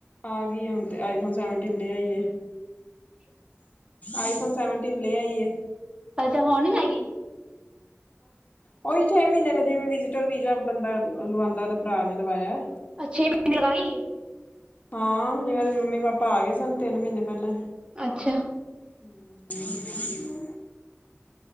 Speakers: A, on the left; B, on the right.
A: ਆ ਗਈ ਹੁਣ ਤੇ ਆਈਫੋਨ ਸੈਵਨਟੀਨ ਲ ਆਈਏ ਆਈਫੋਨ ਸੈਵਨਟੀਨ ਲੈ ਆਈ
B: ਅੱਛਾ ਹੋਣ ਨੀ ਜਾਏਗੀ
A: ਉਹੀ ਛੇ ਮਹੀਨੇ ਦਾ ਜਿਵੇਂ ਵਿਜ਼ਿਟਰ ਵੀਜ਼ਾ ਬੰਦਾ ਲਵਾਉਂਦਾ ਭਰਾ ਨੇ ਲਵਾਇਆ।
B: ਅੱਛੇ ਮਿਨੇ ਲਵਿ ਗਈ ਏ
A: ਹਾਂ ਜੇ ਉਹਰੇ ਮੰਮੀ ਪਾਪਾ ਆ ਗਏ ਸਨ ਤਿੰਨ ਮਹੀਨੇ ਪਹਿਲਾਂ
B: ਅੱਛਾ
A: ਜੀੀ